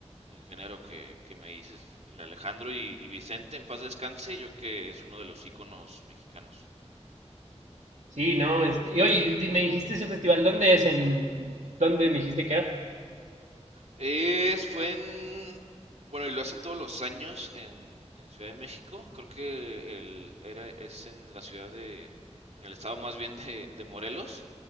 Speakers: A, on the right; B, on the right.
A: el género que, que me dices, el Alejandro y, y Vicente, en paz descanse, yo que es uno de los íconos mexicanos.
B: Sí, no, este, y oye, di- me dijiste ese festival, ¿dónde es? ¿En dónde me dijiste que era?
A: Es, fue en, bueno, y lo hacen todos los años en, en Ciudad de México. Creo que el, era, es en la ciudad de, en el estado más bien de, de Morelos.